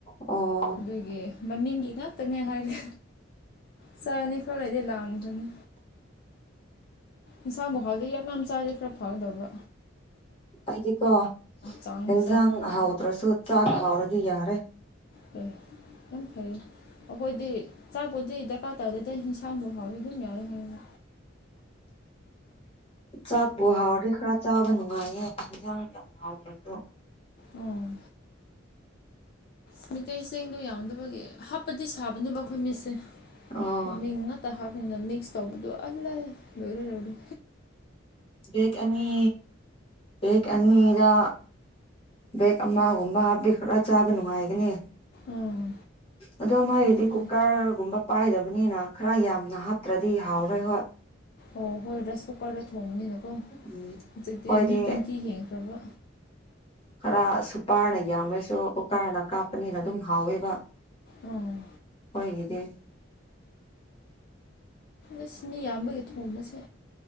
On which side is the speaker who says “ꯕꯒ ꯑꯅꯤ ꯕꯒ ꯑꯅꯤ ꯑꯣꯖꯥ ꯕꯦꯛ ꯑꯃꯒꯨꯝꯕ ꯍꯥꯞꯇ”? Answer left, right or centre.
Left